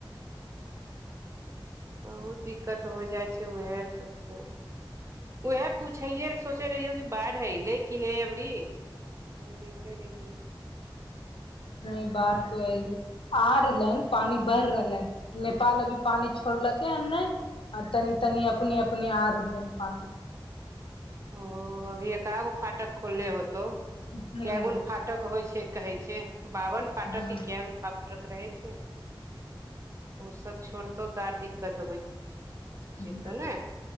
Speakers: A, on the right; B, on the left.
A: बहुत दिक्कत हो जाइशी छै उहे चक्कर वएह पूछैयै सोचे रहहियौ कि बढ़ है लेकिन किने अबरी ओ देखे र् <unintelligible>
B: नहिमे बात
A: फिर
B: आइलै आ रहलै हन पानि बढ़ रहलै हन नेपाल अभी पानि छोड़लकै हन नहि आ तनी तनी अपने अपने आरलनि पानी
A: ओ अभी एक आगो फाटक खोलले होतौ
B: हूँ हूँ
A: केगो ने फाटक होइ छै कहै छै बावन फाटक
B: हूँ
A: क किया फाटक रहै छै ओ सब छोड़तौ त आर दिक्कत होय
B: हूँ
A: जेतऽ ने